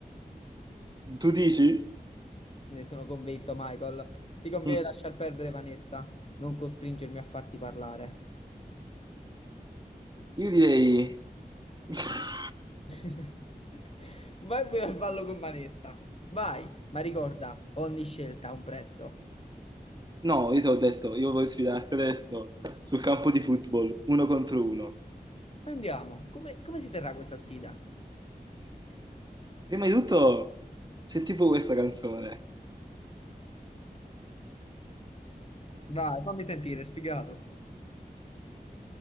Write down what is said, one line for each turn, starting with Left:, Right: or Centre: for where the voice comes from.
Right: Tu dici?
Left: Ne sono convinto, Michael. Ti conviene
Right: Mm.
Left: lasciar perdere Vanessa, non costringermi a farti parlare.
Right: Io direi... <laughs>
Left: <laughs> Vai pure al ballo con Vanessa. Vai, ma ricorda, ogni scelta ha un prezzo.
Right: No, io ti ho detto, io voglio sfidarti adesso sul campo di football, uno contro uno.
Left: Andiamo. Come, come si terrà questa sfida?
Right: Prima di tutto, senti tipo questa canzone.
Left: Vai, fammi sentire, sfigato.